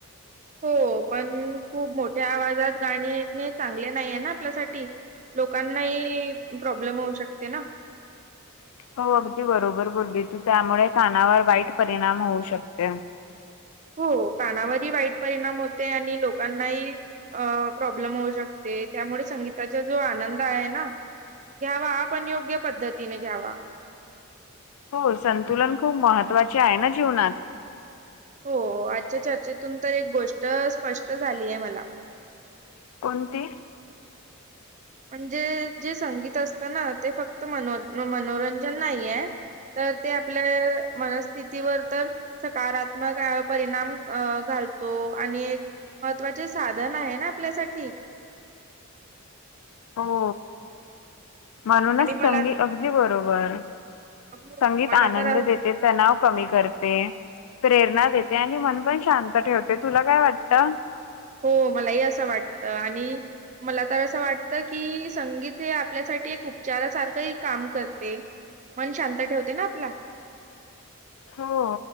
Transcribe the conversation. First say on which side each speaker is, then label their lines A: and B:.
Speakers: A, on the right; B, on the left.
A: हो पण खूप मोठ्या आवाजात गाणी ऐकणे चांगले नाहीय ना आपल्यासाठी लोकांनाही प्रॉब्लेम होऊ शकते ना
B: हो अगदी बरोबर बोलली तू त्यामुळे कानावर वाईट परिणाम होऊ शकते.
A: हो कानावरही वाईट परिणाम होते आणि लोकांनाही अ प्रॉब्लेम होऊ शकते त्यामुळे संगीताचा जो आनंद आहे ना घ्यावा, पण योग्य पद्धतीने घ्यावा.
B: हो संतुलन खूप महत्त्वाचे आहे ना जीवनात.
A: हो आजच्या चर्चेतून तर एक गोष्ट स्पष्ट झाली आहे मला
B: कोणती
A: म्हणजे जे संगीत असतं ना ते फक्त मन मनोरंजन नाहीये तर ते आपल्या मनस्थितीवर तर सकारात्मक अपरिणाम घालतो आणि महत्त्वाचे साधन आहे ना आपल्यासाठी.
B: हो. म्हणूनच
A: आणि मला
B: संगी अगदी बरोबर,
A: हो
B: संगीत
A: मला
B: आनंद
A: तर
B: देते तणाव कमी करते प्रेरणा देते आणि मन पण शांत ठेवते तुला काय वाटतं
A: हो मलाही असं वाटत आणि मला तर असं वाटत की संगीत हे आपल्यासाठी एक उपचारासारखं काम करते. मन शांत ठेवते ना आपला.
B: हो